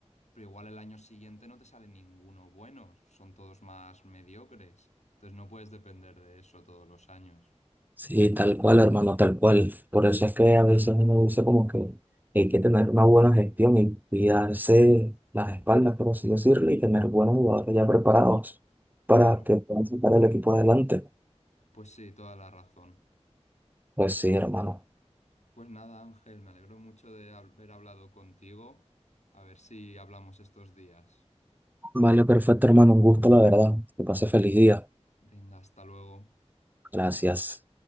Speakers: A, on the left; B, on the right.
A: pero igual el año siguiente no te sale ninguno bueno, son todos más mediocres, entonces no puedes depender de eso todos los años.
B: Sí, tal cual, hermano, tal cual. Por eso es que a veces uno dice como que hay que tener una buena gestión y cuidarse las espaldas, por así decirlo, y tener buenos jugadores ya preparados para
A: Claro,
B: que puedan sacar el equipo adelante.
A: pues sí, toda la razón.
B: Pues sí, hermano.
A: Pues nada, Ángel, me alegro mucho de haber hablado contigo, a ver si hablamos estos días.
B: Vale, perfecto, hermano. Un gusto, la verdad. Que pase feliz día.
A: Venga, hasta luego.
B: Gracias.